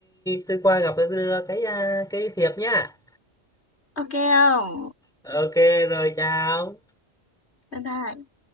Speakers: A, in the centre; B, on the left (about 65°).
A: tôi qua gặp tôi đưa cái à, cái thiệp nhá
B: ok không
A: Ok rồi chào
B: bye bye